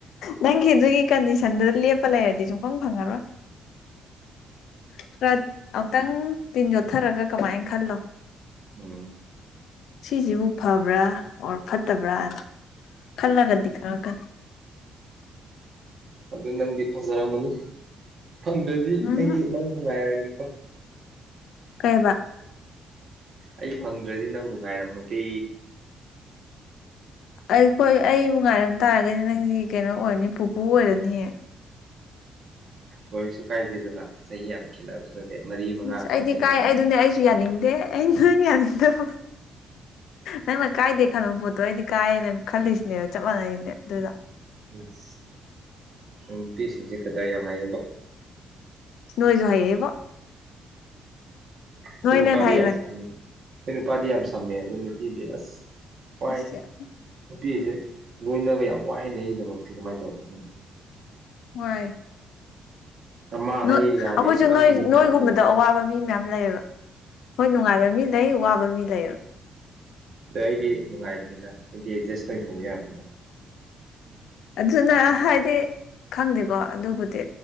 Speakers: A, on the left (about 80°); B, on the right (about 55°).
A: ꯅꯪꯒꯤ ꯑꯗꯨꯒꯤ ꯀꯟꯗꯤꯁꯟꯗꯨꯗ ꯂꯦꯞꯄ ꯂꯩꯔꯗꯤ ꯁꯨꯡꯐꯪ ꯐꯪꯉꯔꯣꯏ <unintelligible> ꯑꯝꯇꯪ ꯇꯤꯟ ꯌꯣꯠꯊꯔꯒ ꯀꯃꯥꯏꯅ ꯈꯜꯂꯣ
B: ꯎꯝ
A: ꯁꯤꯁꯤꯕꯨ ꯐꯕ꯭ꯔꯥ ꯑꯣꯔ ꯐꯠꯇꯕ꯭ꯔꯥꯅ ꯈꯜꯂꯒꯗꯤ ꯈꯪꯉꯛꯀꯅꯤ
B: ꯑꯗꯨ ꯅꯪꯗꯤ ꯐꯖꯔꯝꯃꯅꯤ ꯐꯪꯗ꯭ꯔꯗꯤ
A: ꯎꯝꯍꯨꯝ
B: ꯑꯩꯗꯤ ꯅꯪ ꯅꯨꯡꯉꯥꯏꯔꯅꯤꯀꯣ
A: ꯀꯩꯕ
B: ꯑꯩ ꯐꯪꯗ꯭ꯔꯗꯤ ꯅꯪꯕꯨ ꯉꯥꯏꯔꯝꯃꯒꯦ
A: ꯑꯩꯈꯣꯏ ꯑꯩꯕꯨ ꯉꯥꯏꯔꯝ ꯇꯥꯔꯒꯗꯤ ꯅꯪꯗꯤ ꯀꯩꯅꯣ ꯑꯣꯏꯔꯅꯤ ꯄꯨꯄꯨ ꯑꯣꯏꯔꯅꯤꯌꯦ
B: ꯑꯣꯏꯔꯁꯨ ꯀꯥꯏꯗꯦꯗꯅ ꯆꯍꯤ ꯌꯥꯝ ꯈꯦꯠꯅꯕꯁꯨ ꯅꯠꯇꯦ ꯃꯔꯤ ꯃꯉꯥꯈꯛ
A: ꯑꯁ ꯑꯩꯗꯤ
B: ꯈꯦꯠꯅꯔ
A: ꯀꯥꯏ ꯑꯩꯗꯨꯅꯦ ꯑꯩꯁꯨ ꯌꯥꯅꯤꯡꯗꯦ ꯑꯩ ꯅꯪ ꯌꯥꯅꯤꯡꯗꯕ ꯅꯪꯅ ꯀꯥꯏꯗꯦ ꯈꯟꯕꯥ ꯄꯣꯠꯇꯣ ꯑꯩꯗꯤ ꯀꯥꯏꯅ ꯈꯜꯂꯤꯁꯤꯅꯦꯕ ꯆꯞ ꯃꯥꯟꯅꯩꯅꯦ ꯑꯗꯨꯗꯣ
B: ꯑꯁ ꯅꯣꯏ ꯅꯨꯄꯤꯁꯤꯡꯖꯦ ꯀꯗꯔ ꯌꯥꯝ ꯍꯩꯔꯦꯅꯦ
A: ꯅꯣꯣꯏꯁꯨ ꯍꯥꯏꯌꯦꯕ ꯅꯣꯏꯅ
B: ꯈꯣꯏ ꯅꯨꯄꯥꯗꯤ
A: ꯍꯦꯟꯅ ꯍꯩꯕꯅꯦ
B: ꯌꯥꯝ ꯁꯝꯃꯤ ꯈꯣꯏ ꯅꯨꯄꯥꯗꯤ ꯌꯥꯝ ꯁꯝꯃꯦ ꯑꯗꯨ ꯅꯨꯄꯤꯗꯤ ꯑꯁ ꯋꯥꯏ
A: ꯑꯁ ꯌꯥꯝ
B: ꯅꯨꯄꯤꯖꯦ ꯂꯣꯏꯅꯕ ꯌꯥꯝ ꯋꯥꯏꯅꯦ ꯑꯩꯒꯤꯗꯃꯛꯇꯤ ꯀꯃꯥꯏ ꯇꯧꯕ꯭ꯔ ꯈꯪꯗꯦ
A: ꯋꯥꯏ
B: ꯃꯥ
A: ꯅꯣꯠ
B: ꯍꯌꯦꯡ ꯌꯥꯗꯦ
A: ꯑꯈꯣꯏꯖꯨ
B: ꯃꯥ
A: ꯅꯣꯏ
B: ꯍꯌꯦꯡ
A: ꯅꯣꯏꯒꯨꯝꯕꯗ
B: ꯌꯥꯗꯦ
A: ꯑꯋꯥꯕ ꯃꯤ ꯃꯌꯥꯝ ꯂꯩꯌꯦꯕ ꯍꯣꯏ ꯅꯨꯡꯉꯥꯏꯕ ꯃꯤ ꯂꯩ ꯋꯥꯕ ꯃꯤ ꯂꯩꯕ
B: ꯑꯗꯣ ꯑꯩꯗꯤ ꯅꯨꯡꯉꯥꯏꯕꯅꯤꯗ ꯑꯩꯗꯤ ꯑꯦꯗꯖꯁ ꯑꯣꯏꯅꯊꯧꯕ ꯌꯥꯕꯅꯤꯗ
A: ꯑꯗꯨꯅ ꯍꯥꯏꯗꯤ ꯈꯪꯗꯦꯀꯣ ꯑꯗꯨꯕꯨꯗꯤ